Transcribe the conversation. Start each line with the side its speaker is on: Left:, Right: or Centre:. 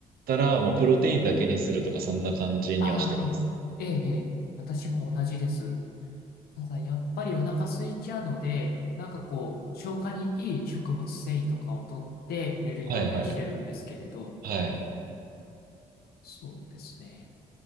Right: たら、もうプロテインだけにするとか、そんな感じにはしてます。
Left: ああ、ええ、ええ、私も同じです。ただ、やっぱりお腹空いちゃうので、なんかこう、消化にいい食物繊維とかを取って寝るようにはしてるんですけれど、
Right: はいはい。はい。
Left: そうですね。